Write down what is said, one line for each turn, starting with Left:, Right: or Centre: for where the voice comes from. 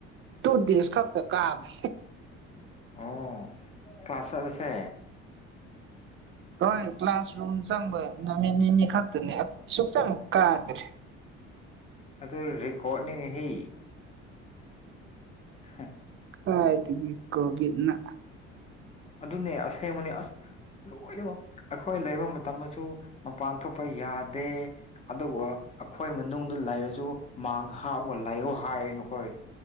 Right: ꯇꯨ ꯗꯦꯖ ꯈꯛꯇ ꯀꯥꯕꯅꯦ
Left: ꯑꯣ ꯀꯂ꯭ꯥꯁ ꯆꯠꯂꯁꯦ
Right: ꯍꯣꯏ ꯀ꯭ꯂꯥꯁꯔꯨꯝ ꯆꯪꯕ ꯅꯨꯃꯤꯠ ꯅꯤꯅꯤ ꯈꯛꯇꯅꯦ ꯁꯨꯛꯆꯪ ꯀꯥꯗ꯭ꯔꯦ
Left: ꯑꯗꯨ ꯔꯦꯀꯣꯔꯗꯅꯤꯅꯦꯍꯦ ꯍꯥ
Right: ꯀꯥꯏꯗꯒꯤ ꯀꯣꯚꯤꯠꯅ
Left: ꯑꯗꯨꯅꯦ ꯑꯁꯦꯡꯕꯅꯤ ꯑꯁ ꯂꯣꯏꯅꯃꯛ ꯑꯩꯈꯣꯏ ꯂꯩꯔꯂꯕ ꯃꯇꯝꯗꯁꯨ ꯃꯄꯥꯟ ꯊꯣꯛꯄ ꯌꯥꯗꯦ ꯑꯗꯨꯕꯨ ꯑꯩꯈꯣꯏ ꯃꯅꯨꯡꯗ ꯂꯩꯔꯁꯨ ꯃꯥꯛꯁ ꯍꯥꯞꯒ ꯂꯩꯌꯑꯣ ꯍꯥꯏ ꯃꯈꯣꯏ